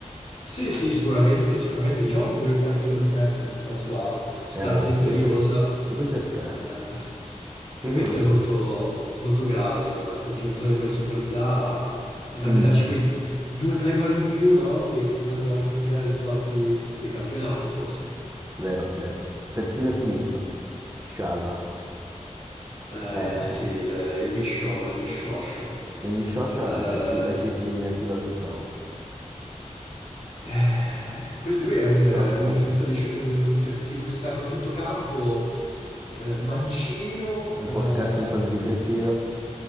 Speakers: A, on the left; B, on the right.
A: Sì, sì, sicuramente, sicuramente. Diciamo che potrebbe fare più gol di testa, vista la sua stazza
B: È vero, su
A: imperiosa.
B: questo è, s- su questo è scarso,
A: Eh,
B: su questo
A: e questo
B: è proprio
A: è molto,
B: scarso.
A: molto grave, secondo me, per un giocatore con le sue qualità potrebbe
B: Mm.
A: darci quei due o tre gol in più, no? Che potrebbero anche cambiare le sorti dei campionati, forse.
B: Vero, vero. Terzino sinistro, Sciasa.
A: Eh,
B: Eh,
A: sì, il, il Misho, il Mishosh.
B: e Miscioscia
A: Eh,
B: a chi, a chi- a chi lo associamo?
A: eh, questo lui è un,
B: È
A: un
B: tosta,
A: difensore,
B: eh?
A: dice- un, un terzino esterno a tutto campo, eh, mancino,
B: Un
A: eh,
B: po' scarso in fase difensiva.